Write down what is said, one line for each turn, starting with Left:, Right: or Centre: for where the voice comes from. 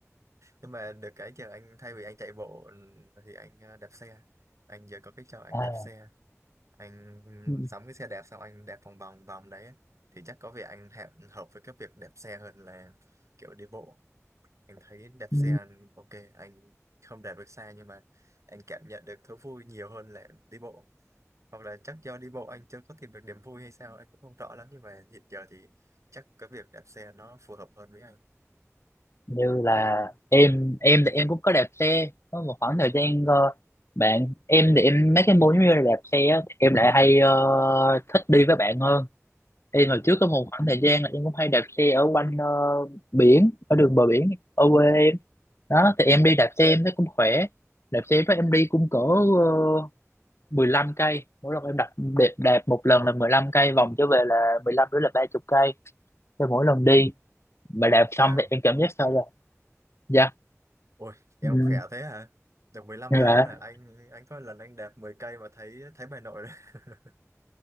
Right: nhưng mà được cái giờ anh thay vì anh chạy bộ thì anh ờ, đạp xe anh giờ có cái trò anh
Left: À,
Right: đạp xe anh ừm,
Left: ừ.
Right: sắm cái xe đạp xong anh đạp vòng vòng vòng đấy thì chắc có vẻ anh hẹp hợp với cái việc đạp xe hơn là kiểu đi bộ anh thấy đạp xe
Left: Ừ.
Right: ok anh không đạt được xa nhưng mà anh cảm nhận được thú vui nhiều hơn là đi bộ hoặc là chắc do đi bộ anh chưa có tìm được niềm vui hay sao anh cũng không rõ lắm nhưng mà hiện giờ thì chắc cái việc đạp xe nó phù hợp hơn với anh
Left: như
Right: <laughs>
Left: là em em thì em cũng có đạp xe có một khoảng thời gian ờ, bạn em thì em mấy cái môn giống như là đạp xe á, thì em lại hay ờ, thích đi với bạn hơn em hồi trước có một khoảng thời gian là em cũng hay đạp xe ở quanh ờ, biển ở đường bờ biển ở quê em đó thì em đi đạp xe em thấy cũng khỏe đạp xe với em đi cũng cỡ uh, 15 cây mỗi lần em đạp đạp đạp một lần là 15 cây vòng trở về là 15 nữa là 30 cây cho mỗi lần đi mà đạp xong
Right: wow
Left: thì em cảm giác sao rồi dạ
Right: Ôi, em
Left: ừ.
Right: khỏe thế hả? Được mười lăm
Left: dạ.
Right: cây luôn à? Anh anh có lần anh đạp 10 cây mà thấy thấy bà nội đấy. <laughs>